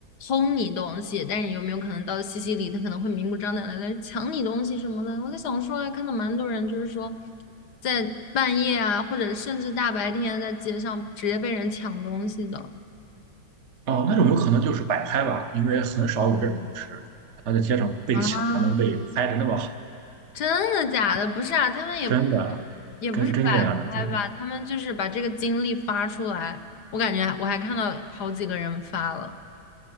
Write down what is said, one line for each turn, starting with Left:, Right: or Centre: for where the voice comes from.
Left: 偷你东西，但是有没有可能到西西里他可能会明目张胆的来抢你东西什么的？我在想说啊，看到蛮多人就是说在半夜啊，或者甚至大白天在街上直接被人抢东西的
Right: 哦，那种有可能就是摆拍吧，因为很少有这种就是他在街上被抢还能被拍的那么好，
Left: 啊。真的假的？不是啊，他们也
Right: 真的真真这样的，
Left: 也不是摆拍吧，
Right: 就是
Left: 他们就是把这个经历发出来。我感觉我还看到好几个人发了